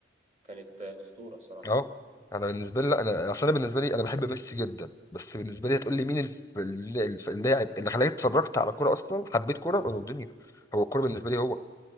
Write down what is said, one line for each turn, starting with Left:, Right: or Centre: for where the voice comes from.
Right: كانت آه، أسطورة الصراحة
Left: اه انا بالنسبة لي لا انا اصل انا بالنسبة لي انا بحب ميسي جدا بس بالنسبة لي هتقول لي مين الف... الف... اللاعب اللي خلاني اتفرجت على كورة اصلا حبيت كورة رونالدينيو هو الكورة بالنسبة لي هو